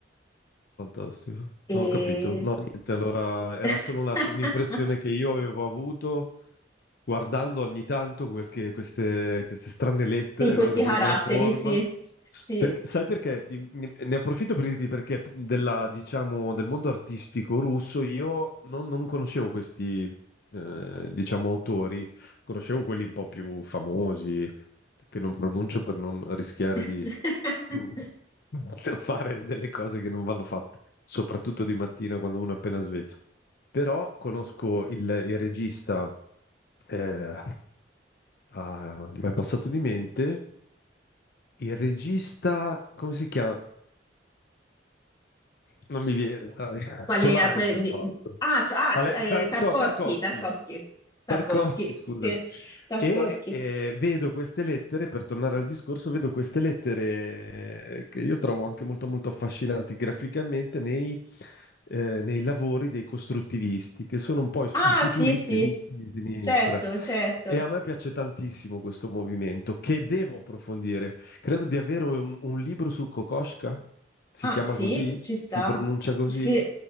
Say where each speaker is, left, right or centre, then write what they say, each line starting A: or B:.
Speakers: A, on the left (about 55°); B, on the left (about 20°).
A: Fantastico.
B: E...
A: Ho capito. No, niente, allora era
B: <laughs>
A: solo una- un'impressione che io avevo avuto guardando ogni tanto quel che- queste, queste strane lettere,
B: Sì, questi
A: no, che prendono
B: caratteri,
A: forma.
B: sì. Sì.
A: Per- sai perché? Ti- ne, ne approfitto per dirti perché della, diciamo, del mondo artistico russo io non, non conoscevo questi, eh, diciamo, autori, conoscevo quelli un po' più famosi, che non pronuncio per non rischiare
B: <laughs>
A: di <laughs> fare delle cose che non vanno fatte, soprattutto di mattina quando uno è appena sveglio. Però conosco il, il regista eh, ah, mi è passato di mente il regista, come si chiama? Non mi viene, dai. <laughs>
B: Qual
A: Solaris
B: è? que-
A: ha
B: di-
A: fatto.
B: Ah, so- ah,
A: Ale-
B: sì, eh,
A: Tarko-
B: Tarkovsky,
A: Tarkovsky,
B: Tarkovsky, Tarkovsky,
A: Tarkovsky, scusami.
B: sì, Tarkovsky.
A: E eh, vedo queste lettere, per tornare al discorso, vedo queste lettere eh, che io trovo anche molto molto affascinanti graficamente nei, eh, nei lavori dei costruttivisti, che sono un po' i,
B: Ah,
A: i futuristi
B: sì, sì,
A: russi di sinistra.
B: certo, certo.
A: E a me piace tantissimo questo movimento, che devo approfondire. Credo di avere un, un libro su Kokoschka, si
B: Ah,
A: chiama
B: sì,
A: così?
B: ci sta.
A: Si pronuncia così?
B: Sì.